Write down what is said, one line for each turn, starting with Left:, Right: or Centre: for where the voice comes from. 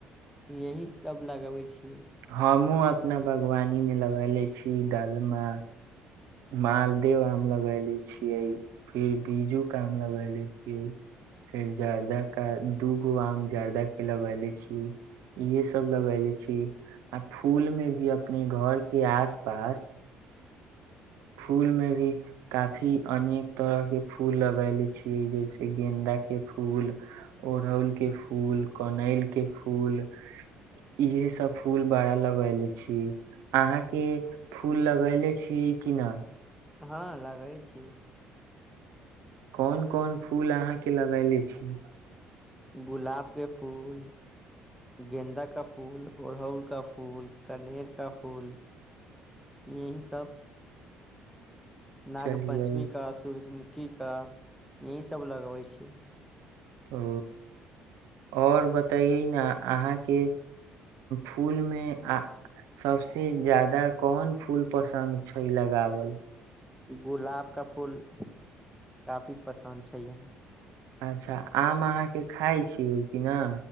Centre: यह सब लगबे छियै
Right: हमहूँ अपना बागवानीमे लगयलने छी दालमा मालदे आम लगै ले छियै फेर बीजूके आम लगै ले छियै फेर जर्दाे दू गो आम जर्दाके लगै ले छीियै इएहे सभ लगै ले छीियै आ फूलमे भी अपने घरके आस पास फूल मे भी काफी अनेक तरह के फूल लगैले छियै जैसे गेन्दा के फूल ओड़हुल के फूल कनैल के फूल इहे सब फूल बड़ा लगैले छियै अहाँके फूल लगैले छियै किना
Centre: हँ लगै छी
Right: कोन कोन फूल अहाँके लगयनेे छी
Centre: गुलाब के फूल गेन्ददा का फूल उड़हुल का फूल कनेर का फूल यह सब नाग
Right: चलिए
Centre: पञ्चमी का सूर्यमुखी त यही सब लगबै छी
Right: ओ आओर बतैै ने अहाँके फूलमे आ सभसँ ज्यादा कोन फूल पसन्द छै लगावल
Centre: गुलाब का फूल काफी पसन्द छै हम
Right: अच्छा आम अहाँके खाइ छी होल क न